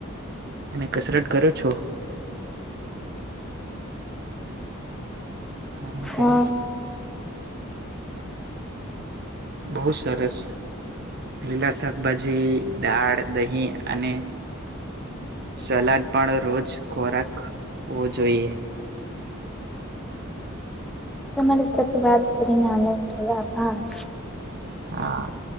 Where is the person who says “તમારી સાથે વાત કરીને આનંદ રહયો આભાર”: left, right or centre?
Centre